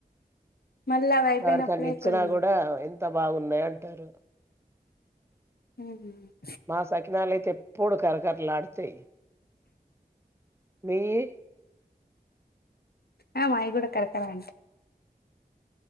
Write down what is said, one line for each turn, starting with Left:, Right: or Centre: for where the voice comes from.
Left: మళ్ళ అవి అయిపోయినప్పుడే
Right: ఎవరికన్నా ఇచ్చినా
Left: ఎక్కువ దిండిపో
Right: కూడా ఎంత బాగున్నాయి అంటారు
Left: హ్మ్
Right: మా సకినాలయితే పూడు కరకరలాడతయి మీయి
Left: ఆ మాయిగూడ కరకరా అంట